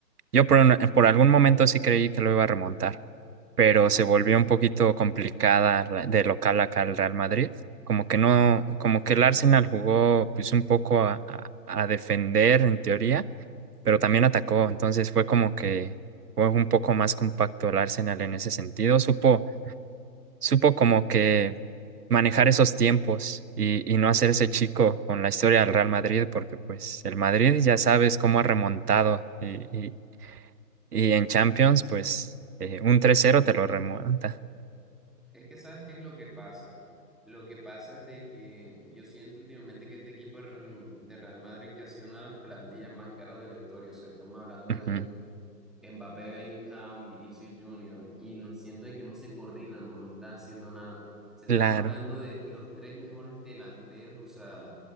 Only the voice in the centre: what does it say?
Es que, ¿sabes qué es lo que pasa? Lo que pasa es de que yo siento últimamente que este equipo de Real de Real Madrid que ha sido una de las plantillas más caras de la historia. O sea, estamos hablando
de un Mbappé, Bellingham, Vinicius Junior, y no siento de que no se coordinan, no, no están haciendo nada. O sea,
estamos hablando de los tres mejores delanteros, o sea,